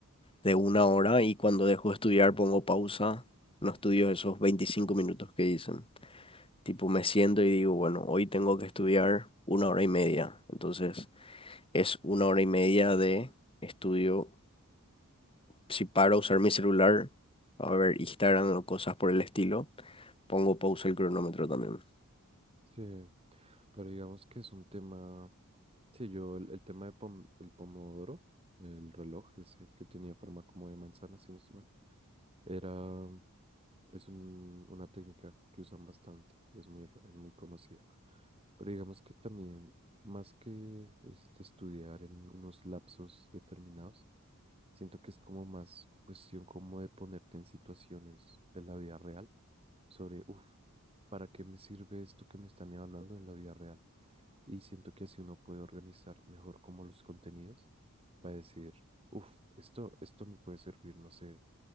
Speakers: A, on the left; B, on the right.
A: de una hora y cuando dejo de estudiar pongo pausa, no estudio esos 25 minutos que dicen. Tipo, me siento y digo, bueno, hoy tengo que estudiar una hora y media. Entonces, es una hora y media de estudio. Si paro a usar mi celular, a ver Instagram o cosas por el estilo, pongo pausa el cronómetro también.
B: Sí, pero digamos que es un tema, sí, yo el, el tema de pom- el pomodoro, el reloj ese que tenía forma como de manzana, si no estoy mal, era, es un- una técnica que usan bastante y es muy, r- es muy conocida. Pero digamos que también, más que este, estudiar en unos lapsos determinados, Siento que es como más cuestión como de ponerte en situaciones en la vida real sobre, uff, ¿para qué me sirve esto que me están evaluando en la vida real? Y siento que así uno puede organizar mejor como los contenidos para decir, uff, esto, esto me puede servir, no sé.